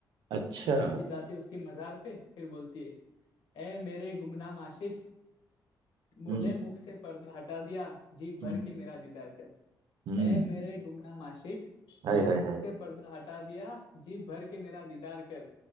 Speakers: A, on the right; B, on the left.
A: अच्छा
B: लड़की जाती है उसकी मजार पे फिर बोलती है ए मेरे गुमनाम आशिक मु-
A: हम्म
B: ले मुख से पर्दा हटा दिया जी भर
A: हम्म
B: के मेरा दीदार कर
A: हम्म
B: ए मेरे गुमनाम आशिक
A: हाय
B: ले
A: हाय
B: मुख
A: हाय
B: से पर्दा हटा दिया जी भर के मेरा दीदार कर